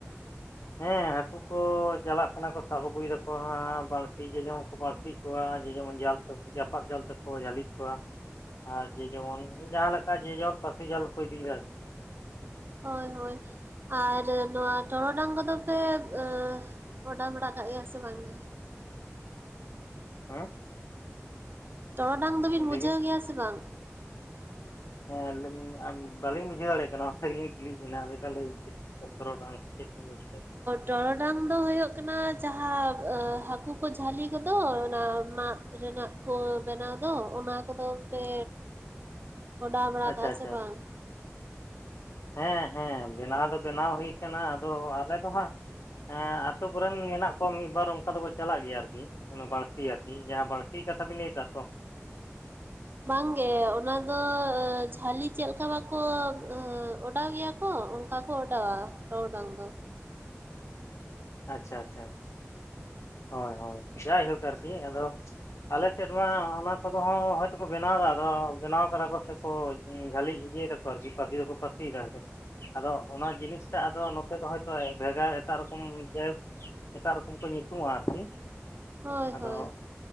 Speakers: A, on the left (about 70°); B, on the right (about 45°).
A: ᱦᱮᱸ ᱦᱟᱹᱠᱩ ᱠᱚ ᱪᱟᱞᱟᱜ ᱠᱟᱱᱟ ᱠᱚ ᱥᱟᱵ ᱟᱹᱜᱩ ᱮᱭᱫᱟ ᱠᱚ ᱦᱟᱸᱜ ᱵᱟᱹᱲᱛᱤ ᱡᱮ ᱡᱟᱦᱟᱸ ᱠᱚ ᱵᱟᱹᱲᱛᱤᱜ ᱠᱚᱣᱟ ᱡᱮ ᱡᱮᱢᱚᱱ ᱡᱟᱞ ᱪᱟᱯᱟᱫ ᱡᱟᱞ ᱛᱮᱠᱚ ᱡᱷᱟᱹᱞᱤᱭᱮᱫ ᱠᱚᱣᱟ᱾ ᱟᱨ ᱡᱮ ᱡᱮᱢᱚᱱ ᱡᱟᱦᱟᱸ ᱞᱮᱠᱟ ᱡᱮ ᱡᱮᱢᱚᱱ ᱯᱟᱥᱤ ᱡᱟᱞ ᱠᱚ ᱤᱫᱤᱭᱟ᱾
B: ᱦᱳᱭ ᱦᱳᱭ ᱟᱨ ᱱᱚᱣᱟ ᱴᱚᱨᱚᱰᱟᱝ ᱠᱚᱫᱚ ᱯᱮ ᱮ ᱚᱰᱟᱣ ᱵᱟᱲᱟ ᱠᱟᱜ ᱜᱮᱭᱟ ᱥᱮ ᱵᱟᱝ ᱜᱮ?
A: ᱦᱮᱸ
B: ᱴᱚᱨᱚᱰᱟᱝ ᱫᱚᱵᱤᱱ
A: ᱞᱟᱹᱭᱵᱤᱱ
B: ᱵᱩᱡᱷᱟᱹᱣ ᱜᱮᱭᱟ ᱥᱮ ᱵᱟᱝ
A: ᱦᱮᱸ ᱵᱟᱞᱤᱧ ᱵᱩᱡᱷᱟᱹᱣ ᱫᱟᱲᱮᱭᱟᱜ ᱠᱟᱱᱟ ᱚᱱᱟ ᱛᱮᱜᱮ ᱞᱤᱧ ᱠᱩᱞᱤᱭᱮᱫ ᱵᱮᱱᱟ ᱟᱨ ᱢᱤᱫᱫᱷᱟᱣ ᱞᱟ. ᱭ ᱵᱮᱱ ᱴᱟᱨᱚᱰᱟᱝ ᱪᱮᱫ ᱵᱮᱱ ᱞᱟᱹᱭ ᱪᱚ ᱠᱮᱫ
B: ᱴᱚᱨᱚᱰᱟᱝ ᱫᱚ ᱦᱩᱭᱩᱜ ᱠᱟᱱᱟ ᱡᱟᱦᱟᱸ ᱦᱟᱹᱠᱩ ᱠᱚ ᱡᱷᱟᱹᱞᱤ ᱠᱚᱫᱚ ᱚᱱᱟ ᱢᱟᱛ ᱨᱮᱱᱟᱜ ᱠᱚ ᱵᱮᱱᱟᱣ ᱫᱚ ᱚᱱᱟ ᱠᱚᱫᱚ ᱯᱮ ᱚᱰᱟᱣ ᱵᱟᱲᱟ
A: ᱟᱪᱪᱷᱟ,
B: ᱠᱟᱜᱼᱟ
A: ᱟᱪᱪᱷᱟ
B: ᱥᱮ ᱵᱟᱝ?
A: ᱦᱮᱸ ᱦᱮᱸ ᱵᱮᱱᱟᱣ ᱫᱚ ᱵᱮᱱᱟᱣ ᱦᱩᱭ ᱟᱠᱟᱱᱟ ᱟᱫᱚ ᱟᱞᱮ ᱫᱚ ᱦᱟᱸᱜ ᱦᱮᱸ ᱟᱛᱳ ᱠᱚᱨᱮᱱ ᱢᱮᱱᱟᱜ ᱠᱚᱣᱟ ᱢᱤᱫ ᱵᱟᱨ ᱚᱱᱠᱟ ᱫᱚᱠᱚ ᱪᱟᱞᱟᱜ ᱜᱮᱭᱟ ᱟᱨᱠᱤ ᱵᱟᱲᱥᱤ ᱟᱨᱠᱤ ᱡᱟᱦᱟᱸ ᱵᱟᱲᱥᱤ ᱠᱟᱛᱷᱟ ᱵᱮᱱ ᱞᱟᱹᱭ ᱮᱫᱟ ᱛᱚ
B: ᱵᱟᱝ ᱜᱮ ᱚᱱᱟ ᱫᱚ ᱡᱷᱟᱹᱞᱤ ᱪᱮᱫ ᱞᱮᱠᱟ ᱵᱟᱠᱚ ᱚᱰᱟᱣ ᱜᱮᱭᱟ ᱠᱚ ᱵᱟᱠᱚ ᱚᱰᱟᱣᱟ ᱴᱚᱨᱚᱰᱟᱝ ᱫᱚ
A: ᱟᱪᱪᱷᱟ, ᱟᱪᱪᱷᱟ ᱦᱳᱭ ᱦᱳᱭ ᱡᱟᱭᱦᱳᱠ ᱟᱨᱠᱤ ᱟᱫᱚ ᱟᱞᱮ ᱥᱮᱫ ᱢᱟ ᱚᱱᱟ ᱠᱚᱫᱚ ᱦᱚᱸ ᱦᱚᱭᱛᱳ ᱠᱚ ᱵᱮᱱᱟᱣᱫᱟ ᱟᱫᱚ ᱵᱮᱱᱟᱣ ᱠᱟᱫᱟ ᱠᱚ ᱥᱮ ᱠᱚ ᱦᱮᱸ ᱡᱷᱟᱹᱞᱤ ᱤᱭᱟ. ᱮᱫᱟ ᱠᱚ ᱟᱨᱠᱤ ᱯᱟᱥᱤ ᱫᱚᱠᱚ ᱯᱟᱥᱤ ᱮᱫᱟ <unintelligible> ᱟᱫᱚ ᱚᱱᱟ ᱡᱤᱱᱤᱥ ᱴᱟᱜ ᱟᱫᱚ ᱱᱚᱛᱮ ᱫᱚ ᱦᱚᱭᱛᱳ ᱵᱷᱮᱜᱟᱨ ᱮᱴᱟᱜ ᱨᱚᱠᱚᱢ ᱡᱟᱭ ᱦᱳᱠ ᱮᱴᱟᱜ ᱨᱚᱠᱚᱢ ᱠᱚ ᱧᱩᱛᱩᱢᱼᱟ ᱟᱨᱠᱤ
B: ᱦᱳᱭ ᱦᱳᱭ
A: ᱟᱫᱚ